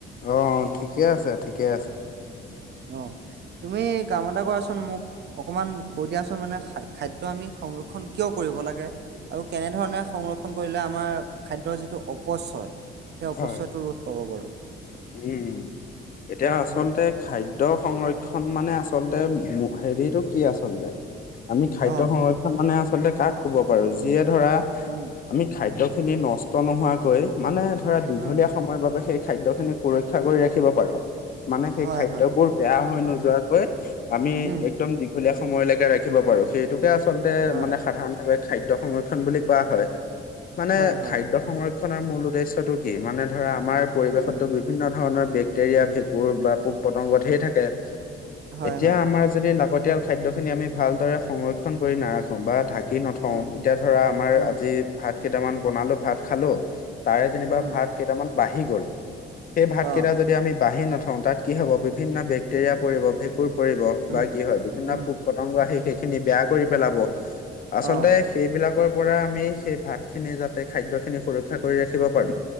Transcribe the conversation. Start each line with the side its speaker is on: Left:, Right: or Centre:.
Left: অ', ঠিকে আছে, ঠিকে আছে।
Right: অ', তুমি কাম এটা কৰাচোন মোক অকমান কৈ দিয়াচোন মানে খাদ্য আমি সংৰক্ষণ কিয় কৰিব লাগে? আৰু কেনেধৰণে সংৰক্ষণ কৰিলে আমাৰ খাদ্যৰ যিটো অপচয় সেই অপচয়টো
Left: হয়
Right: ৰোধ পাব বাৰু?
Left: উম, এতিয়া আচলতে
Right: হয়
Left: খাদ্য সংৰক্ষণ মানে আচলতে হেৰিটো কি আচলতে? আমি খাদ্য
Right: অ',
Left: সংৰক্ষণ মানে আচলতে কাক ক'ব পাৰোঁ‌? যিয়ে ধৰা
Right: উম,
Left: আমি খাদ্য খিনি নষ্ট নোহোৱাকৈ মানে ধৰা দীঘলীয়া
Right: উম।
Left: সময়ৰ বাবে সেই খাদ্যখিনি ৰক্ষা কৰি ৰাখিব পাৰোঁ‌, মানে সেই
Right: হয়,
Left: খাদ্যবোৰ
Right: হয়,
Left: বেয়া হৈ নোযোৱাকৈ আমি
Right: উম,
Left: একদম দীঘলীয়া সময়লেকে ৰাখিব পাৰো সেইটোকে আচলতে
Right: হয়,
Left: মানে সাধাৰণভাৱে খাদ্য সংৰক্ষণ বুলি কোৱা হয়। মানে
Right: হয়, হয়,
Left: খাদ্য সংৰক্ষনৰ মূল উদ্দেশ্যটো কি? মানে ধৰা আমাৰ পৰিৱেশত
Right: উম,
Left: বিভিন্ন ধৰণৰ বেক্টেৰিয়া ভেঁকুৰ বা পোক পতংগ ধেই থাকে
Right: হয়,
Left: এতিয়া
Right: হয়,
Left: আমাৰ যদি লাগতিয়াল খাদ্য খিনি আমি ভালদৰে সংৰক্ষন কৰি নাৰাখোঁ‌ বা ঢাকি নথওঁ
Right: উম,
Left: ধৰা আমাৰ
Right: উম,
Left: আজি ভাত কেইটামান বনালোঁ‌ ভাত খালোঁ‌ তাৰে যেনিবা
Right: উম,
Left: ভাত কেইটামান বাঢ়ি গ'ল সেই ভাতকেইটা
Right: অ',
Left: যদি আমি বঢ়ি নথওঁ তাত কি হ'ব বিভিন্ন বেক্টেৰিয়া পৰিব, ভেঁকুৰ পৰিব বা
Right: উম,
Left: কি হয়? বিভিন্ন
Right: উম,
Left: পোক, পতংগ, আহি সেইখিনি বেয়া কৰি পেলাব আচলতে
Right: অ',
Left: সেইবিলাকৰ পৰা আমি সেই ভাতখিনি যাতে খাদ্যখিনি সুৰক্ষা কৰি ৰাখিব পাৰিম